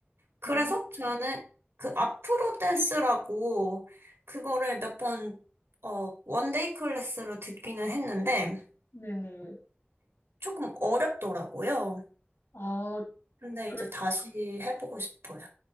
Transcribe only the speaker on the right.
그래서
저는 그 아프로 댄스라고 그거를 몇 번, 어, 원데이 클래스로 듣기는 했는데
조금 어렵더라고요.
근데
이제 다시 해보고 싶어요.